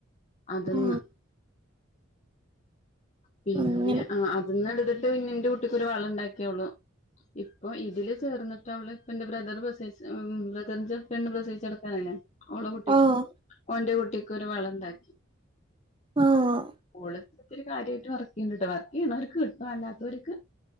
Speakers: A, on the left; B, on the right.
A: അതിന്ന്
B: ആ
A: പിന്നെ
B: അങ്ങനെ
A: ആ അതിന്ന് എടുത്തിട്ട് പിന്നെനന്റെ കുട്ടക്ക് ഒരു വള ഉണ്ടാക്കി അവൾ ഇപ്പൊ ഇതില് ചേർന്നിട്ട അവള് ഇ എന്റെ ബ്രദർ പ്രസ ബ്രദറിന്റെ പെണ് പ്രസിച്ചെടുക്കാനല്ലോ അവളെ കുട്ടി
B: ആഹ്
A: ഓന്റെ കുട്ടിക്കൊരു വള ഉണ്ടാക്കി
B: ആഹ്
A: ഓൾ ഇത്തിരി കാര്യമായിട്ട് വർക്ക് ചെയ്യണ്ടിട്ട് വർക്ക് ചെയ്യണവർക്ക് കിട്ടും അല്ലാത്തവർക്ക്